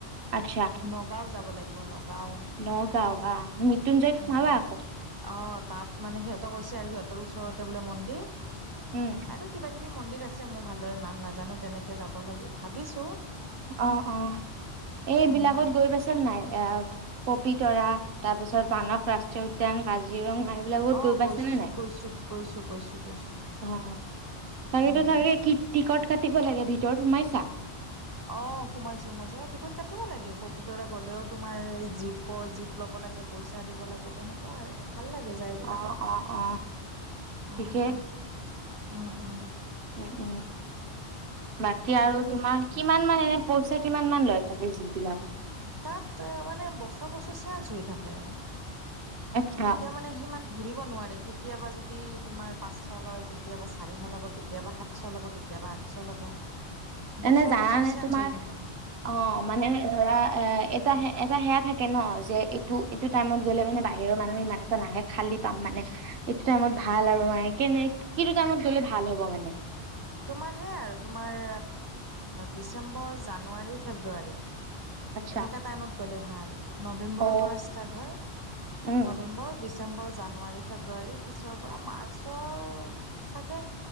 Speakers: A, on the right (about 60°); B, on the right (about 25°).
A: আচ্ছা,
B: নগাঁও যাব লাগিব নগাঁও
A: নগাঁও বা মৃত্যুঞ্জয় সোমাবা
B: উম
A: আকৌ।
B: অ তাত মানে সিহঁতে কৈছে আৰু সিহঁতৰ ওচৰতে বোলে মন্দিৰ
A: উম
B: আৰু কিবা কিবি মন্দিৰ আছে মোৰ ভালদৰে নাম নাজানো তেনেকৈ যাব লাগে ভাবিছোঁ।
A: অ অ এইবিলাকত
B: উম
A: গৈ পাইছে নাই? এ পপিতৰা তাৰ পিছত মানস ৰাষ্ট্ৰীয় উদ্যান, কাজিৰঙ ম এইবিলাকত
B: অ
A: গৈ পাইছেনে
B: গৈছো
A: নাই?
B: গৈছো গৈছো গৈছো গৈছো
A: অ। তাকেইতো
B: উম
A: তাকে কি টিকট কাটিব লাগে ভিতৰত সোমাইছা?
B: অ সোমাইছো সোমাইছো অ টিকট কাটিব লাগে পপিতৰে গ'লেও তোমাৰ এই জীপৰ জীপ লব লাগ লাগে, পইচা দিব লাগে তেনেকুৱা আৰু। ভাল লাগে যায় এইবিলাকত
A: অ অ অ ঠিকে
B: অঁ অ অ।
A: উম উম, বাকী আৰু
B: তুমি
A: তোমাৰ কিমান মান এনে পইচা কিমান মান লয় পাব <inaudible> যুবিলাকত।
B: তাত মানে বছৰ বছৰ চেঞ্চ হৈ থাকে।
A: আচ্ছা
B: এতিয়া মানে সিমান ধৰিব নোৱাৰে কেতিয়াবা য দি তোমাৰ পাঁচশ লয়, কেতিয়াবা চাৰিশ ল'ব, কেতিয়াবা সাতশ ল'ব, কেতিয়াবা আঠশ ল'ব বছৰ
A: এনে জানানে
B: বছৰ চেঞ্জ
A: তোমাৰ
B: হৈ থাকে
A: অ মানে ধৰা এ এটা এটা সেয়া থাকে ন যে এইটো এইটো টাইমত গ'লে মানে বাহিৰৰ মানুহ ইমান এটা নাহে খালী পাম মানে এইটো টাইমত ভাল আৰু মানে কেনে কিটো টাইমত গলে ভাল হ'ব মানে?
B: তোমাৰ হে আৰু তোমাৰ ডিচেম্বৰ, জানুৱাৰী, ফেব্ৰুৱাৰী।
A: আচ্ছা।
B: এনেকা টাইমত গ'লে ভাল নৱেম্বৰৰ
A: অ।
B: পৰা ষ্টাৰ্ট হয়
A: উম
B: নৱেম্বৰ, ডি চেম্বৰ, জানুৱাৰী, ফেব্ৰুৱাৰীৰ পিছৰ পৰা মাৰ্চৰ চাগে